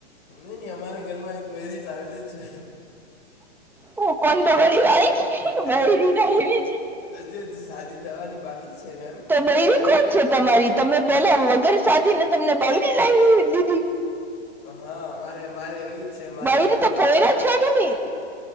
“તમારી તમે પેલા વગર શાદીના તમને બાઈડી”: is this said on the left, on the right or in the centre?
Centre